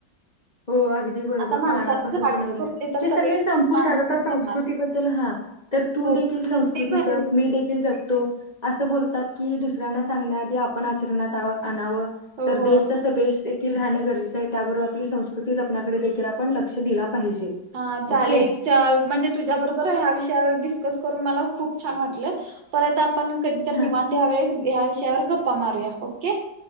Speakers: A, on the left; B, on the right.
A: हो अगदी बरोबर
B: आता माणसाने
A: पानापासून
B: झाडे
A: बनवलेलं
B: तोडले तर
A: ते सगळे संपुष्ट
B: पान
A: आहेत
B: कुठे
A: आता संस्कृतीबद्दल
B: येणार
A: हा तर तू
B: हो
A: देखील संस्कृती
B: पण ते भारी
A: जप
B: होत
A: मी देखील जपतो अस बोलतात की दुसऱ्यांना सांगण्याआधी आपण आचरणात आणाव
B: हो
A: तर
B: हो
A: देश तस वेश देखील राहणं गरजेचं आहे त्याबरोबर आपली संस् कृतीच आपल्याकडे देखील आपण लक्ष दिला पाहिजे.
B: हा चालेल
A: ओके
B: त्या म्हणजे तुझ्याबरोबर ह्या विषयावर डिस्कस करून मला खूप छान वाटलं परत आ आपण कधीतर
A: हा
B: निवांत ह्या वेळेस ह्या विषयावर गप्पा मारूया ओके